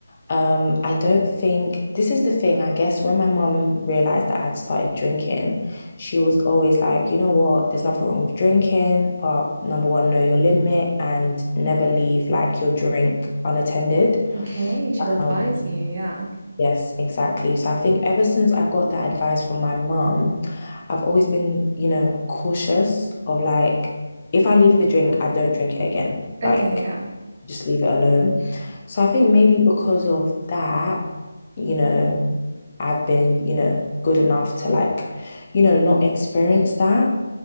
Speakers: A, on the left; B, on the right.
A: Um, I don't think this is the thing. I guess when my mum realized that I'd started drinking, she was always like, you know what, there's nothing wrong with drinking, but number one, know your limit and never leave like your drink unattended.
B: Okay, should advise
A: Um,
B: you, yeah.
A: Yes, exactly. So I think ever since I got that advice from my mom, I've always been, you know, cautious of like, if I leave a drink, I don't drink it again.
B: Okay,
A: Like,
B: yeah.
A: just leave it alone. So I think maybe because of that, you know, I've been, you know, good enough to like, you know, not experience that.